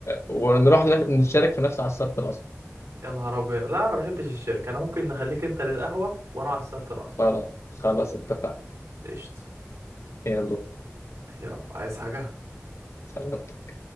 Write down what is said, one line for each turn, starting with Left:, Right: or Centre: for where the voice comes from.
Left: ونروح نف- نشارك في نفس عصارة القصب
Right: يا نهار ابيض لا انا ما بحبش الشركة انا ممكن نخليك انت للقهوة وانا عصارة القصب
Left: خلاص خلاص اتفقنا
Right: قشطة
Left: يلا
Right: يلا عايز حاجة
Left: سلام